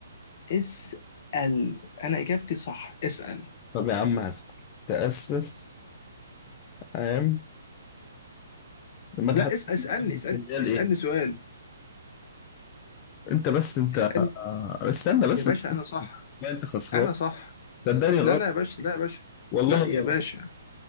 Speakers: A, on the left; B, on the left.
A: اسال انا اجابتي صح اسال
B: طب يا عم هسأل تأسس عام المتحف
A: لا اسال اسالني
B: المتحف
A: اسالني,
B: الاسكندرية لإيه؟
A: اسألني سؤال
B: انت بس انت
A: اسالني
B: آه، استنى بس
A: يا باشا
B: انت
A: انا صح
B: لا انت خسران
A: انا صح
B: صدقني غلط
A: لا لا يا باشا لا يا باشا
B: والله
A: لا
B: غلط
A: يا باشا